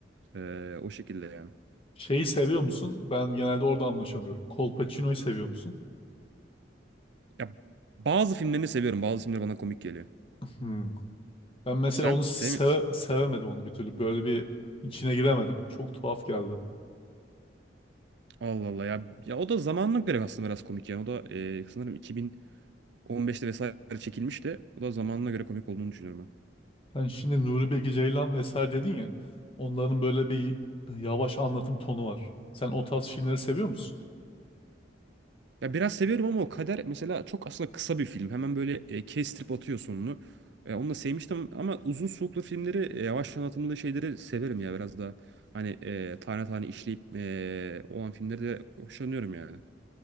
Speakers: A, on the right (about 65°); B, on the left (about 30°).
A: Eee, o şekilde yani.
B: Şeyi seviyor musun? Ben genelde orada anlaşamıyorum. Kolpaçino'yu seviyor musun?
A: Ya bazı filmlerini seviyorum. Bazı filmleri bana komik geliyor.
B: Hmm. Ben mesela
A: Sen
B: onu seve-
A: sevmiyorsun.
B: sevemedim onu bir türlü. Böyle bir içine giremedim. Çok tuhaf geldi.
A: Allah Allah ya. Ya o da zamanına göre aslında biraz komik yani. O da e, sanırım 2015'te vesaire çekilmişti. O da zamanına göre komik olduğunu düşünüyorum ben.
B: Sen şimdi Nuri Bilge Ceylan vesaire dedin ya. Onların böyle bir yavaş anlatım tonu var. Sen o tarz filmleri seviyor musun?
A: Ya biraz seviyorum ama o Kader mesela çok aslında kısa bir film. Hemen böyle e, kestirip atıyor sonunu. E, onu da sevmiştim ama uzun soluklu filmleri, e, yavaş anlatımlı şeyleri severim ya biraz daha. Hani e, tane tane işleyip e, olan filmleri de hoşlanıyorum yani.